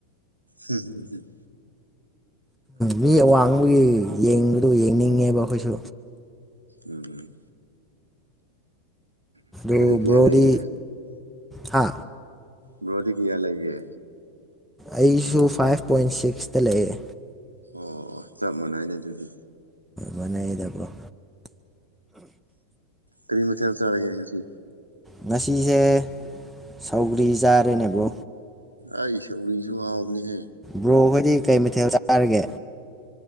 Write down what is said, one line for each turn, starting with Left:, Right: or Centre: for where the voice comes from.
Right: ꯍꯝ ꯍ ꯍꯝ
Centre: ꯃꯤ ꯑꯋꯥꯡꯕꯒꯤ ꯌꯦꯡꯕꯗ ꯌꯦꯡꯅꯤꯡꯉꯦꯕ ꯑꯩꯈꯣꯏꯁꯨ
Right: ꯎꯝ
Centre: ꯑꯗꯨ
Right: ꯀꯌꯥ
Centre: ꯕ꯭ꯔꯣꯗꯤ
Right: ꯂꯩꯒꯦ
Centre: ꯍꯥ
Right: ꯕ꯭ꯔꯣꯗꯤ ꯀꯌꯥ ꯂꯩꯒꯦ
Centre: ꯑꯩꯁꯨ ꯐꯥꯏꯚ ꯄꯣꯏꯟ ꯁꯤꯛꯁꯇ ꯂꯩꯌꯦ
Right: ꯑꯣ ꯑꯣ ꯆꯞ ꯃꯥꯟꯅꯩꯅꯦ ꯑꯗꯨꯗꯤ
Centre: ꯃꯥꯟꯅꯩ ꯑꯗꯨꯝ
Right: ꯀꯔꯤ ꯃꯊꯦꯜ ꯆꯥꯔꯒꯦ ꯉꯁꯤ
Centre: ꯉꯁꯤꯁꯦ ꯁꯧꯒ꯭ꯔꯤ ꯆꯥꯔꯦꯅꯦꯕꯣ
Right: ꯑꯩ ꯑꯩ ꯁꯧꯔꯤꯁꯨ ꯍꯥꯎꯕꯅꯤꯍꯦ
Centre: ꯕ꯭ꯔꯣꯈꯣꯏꯗꯤ ꯀꯩ ꯃꯊꯦꯜ ꯆꯥꯔꯒꯦ